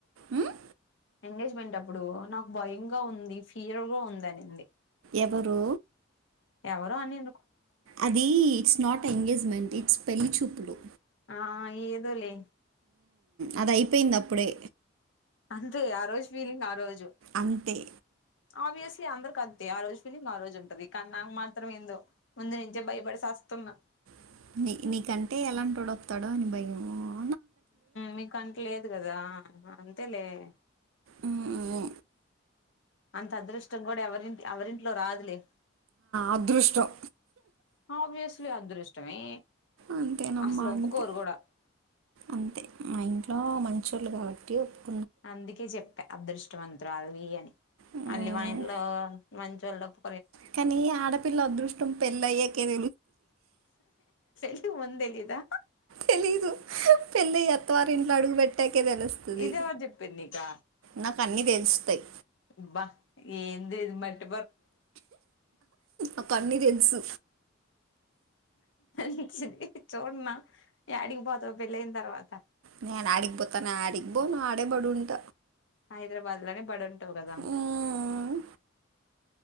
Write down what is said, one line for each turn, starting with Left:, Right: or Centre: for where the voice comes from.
Right: ఉమ్,
Left: ఎంగేజ్మెంట్ అప్పుడు ఇప్పుడు నాకు భయంగా ఉంది ఫీర్గా ఉంది అనింది
Right: ఎవరు
Left: ఎవరో అని
Right: అది ఇట్స్ నాట్ ఎంగేజ్మెంట్ ఇట్స్ పెళ్లి చూపులు
Left: ఆ ఏదోలే
Right: అది అయిపోయింది అప్పుడే
Left: అంతే ఆ రోజు ఫీలింగ్ ఆ రోజు
Right: అంతే
Left: ఓబెయేస్లీ అందరికి అంతే ఆ రోజు ఫీలింగ్ ఆ రోజు ఉంటది కానీ నాకు మాత్రం ఏందో ముందు నుంచే భయపడిసి సస్తున్నా
Right: అ
Left: మీక అంట లేదు కదా అంతే లే ఉ
Right: ఉ
Left: అంత అదృష్టం కూడా ఎవరింత ఎవరింట్లో రాదులే
Right: అదృష్టం
Left: ఆబ్వియస్లీ అదృష్టమే
Right: అంతేనమ్మ
Left: అసలు ఒప్పుకోరు
Right: అంతే
Left: కూడా
Right: అంతే మా ఇంట్లో మంచి కాబట్టి టి
Left: అందుకే చెప్ప అదృష్టం అంత బ్రాగులు అని
Right: మ్మ్.
Left: మళ్ళీ మా ఇంట్లో చల్లపు
Right: కానీ ఈ ఆడపిల్ల అదృష్టం పెళ్ళయ్యే క
Left: లి ముందెలిదా
Right: తెలీదు పెళ్ళి అత్తవారి ఇంట్లో అడుగు పెట్టాకే తెలుస్తుంది
Left: ఇది ఎవరు చేపిరు నీకు
Right: నాకు అన్నీ తెలుస్తాయి
Left: అబ్బా ఎంది ఇది మట్
Right: ఒక అన్నీ తెలుసు
Left: ది చూడన్నా అడిగిపోతావ్ పెళ్ళనయినా తర్వాత
Right: నేన్ ఆడికి బతానా ఆడి అబ్బో నా ఆడేబడుంట
Left: హైదరాబాద్ లనే బడ కదా
Right: మ్మ్.